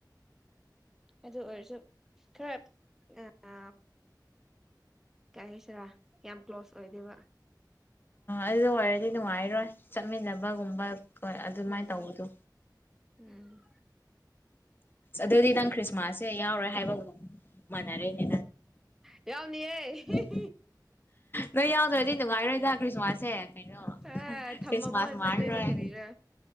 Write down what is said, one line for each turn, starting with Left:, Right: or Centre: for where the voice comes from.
Centre: ꯑꯗꯨ ꯑꯣꯏꯔꯁꯨ ꯈ ꯑ ꯑ ꯀꯩ ꯍꯥꯏꯁꯤꯔꯥ ꯌꯥꯝ ꯀ꯭ꯂꯣꯁ ꯑꯣꯏꯗꯕ
Left: ꯑꯗꯨꯗ ꯑꯣꯏꯔꯗꯤ ꯅꯨꯡꯉꯥꯏꯔꯣꯏ ꯆꯠꯃꯤꯟꯅꯕꯒꯨꯝꯕ ꯀꯣꯏ ꯑꯗꯨꯃꯥꯏꯅ
Centre: ꯎꯝ
Left: ꯇꯧꯕꯗꯣ
Centre: ꯎꯝ
Left: ꯑꯗꯨꯗꯤ ꯅꯪ ꯈ꯭ꯔꯤꯁꯃꯥꯁ ꯁꯦ ꯌꯥꯎꯔꯦ ꯍꯥꯏꯕꯒꯨꯝ ꯃꯥꯟꯅꯔꯦꯅꯦ
Centre: ꯌꯥꯎꯅꯤꯑꯦ ꯍ
Left: ꯎꯝ ꯅꯣꯏ ꯌꯥꯎꯗ꯭ꯔꯗꯤ ꯅꯨꯡꯉꯥꯏꯔꯣꯏꯗ ꯈ꯭ꯔꯤꯁꯃꯥꯁꯁꯦ ꯀꯩꯅꯣ
Centre: ꯑ ꯊꯝꯃꯝꯃꯒ
Left: ꯈ꯭ꯔꯤꯁꯃꯥꯁ
Centre: ꯆꯠꯇꯣꯏꯅꯦ
Left: ꯃꯥꯟꯔꯣꯏ
Centre: ꯀꯔꯤꯔ